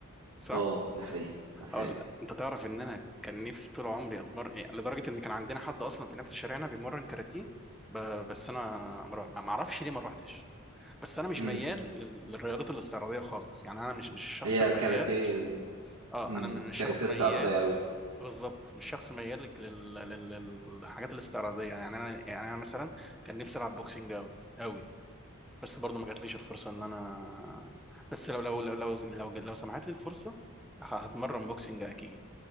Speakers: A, in the centre; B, on the right.
A: صح
B: اه ده حقيقي
A: هقول
B: ده حقيقي
A: لك. انت تعرف ان انا كان نفسي طول عمري اتمرن إيه، لدرجه ان كان عندنا حد اصلا في نفس شارعنا بيمرن كاراتيه ب... بس انا ما رو- ما اعرفش ليه ما روحتش بس انا مش
B: امم
A: ميال لل... للرياضات الاستعراضيه خالص يعني انا مش مش الشخص
B: هي
A: الميال
B: كاراتيه
A: اه
B: امم
A: انا مش
B: كاراتيه
A: شخص ميال
B: استعراضية أوي
A: بالظبط مش شخص ميال لل... لل... لل- للحاجات الاستعراضيه يعني انا يعني انا مثلا كان نفسي العب بوكسنج قوي قوي بس برضه ما جاتليش الفرصه ان انا بس لو لو لو لو لو, لو سمحت لي الفرصه ه- هتمرن بوكسنج اكيد